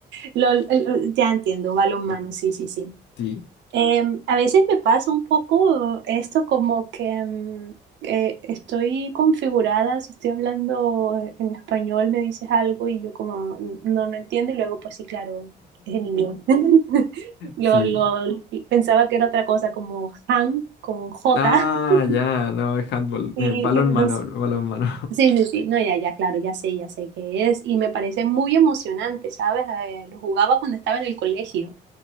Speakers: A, on the right; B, on the left.
A: Lol, eh, ya entiendo, balonmano, sí, sí, sí.
B: Sí,
A: Em, a veces me pasa un poco esto como que em, eh, estoy configurada, si estoy hablando en español me dices algo y yo como mm, no, no entiendo y luego pues sí, claro, es en inglés. <laughs> Lo,
B: sí.
A: lo- pensaba que era otra cosa como han con J
B: Ah,
A: <laughs>
B: ya, no, es handball.
A: y,
B: eh, balón
A: y no
B: mano, balón mano.
A: Sí, sí, sí, no, ya, ya, claro, ya sé, ya sé qué es y me parece muy emocionante, ¿sabes? Eh, lo jugaba cuando estaba en el colegio